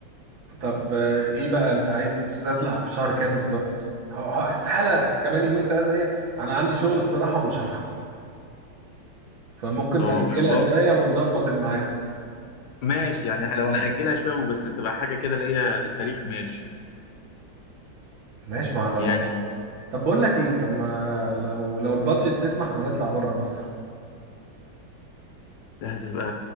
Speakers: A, on the right; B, on the left.
A: طب آه، ايه بقى انت عايز تطلع في شهر كام بالظبط ه- ه- استحالة كمان يومين ثلاثة دي انا عندي شغل الصراحة ومش هلحق فممكن
B: طب
A: نأجلها
B: باظ
A: شوية ونظبط الميعاد
B: ماشي يعني لو هنأجلها شوية بس تبقى حاجة كده اللي هي للتاريخ ماشي
A: ماشي ما لو
B: يعني
A: طب بقول لك ايه طب ما لو لو البادجت تسمح ما نطلع بره مصر
B: هتبقى